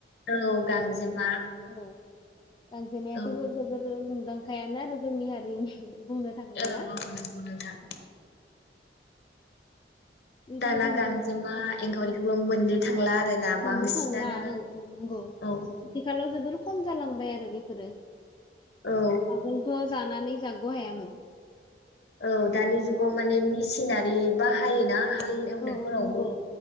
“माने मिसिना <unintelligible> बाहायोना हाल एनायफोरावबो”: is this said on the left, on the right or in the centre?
Left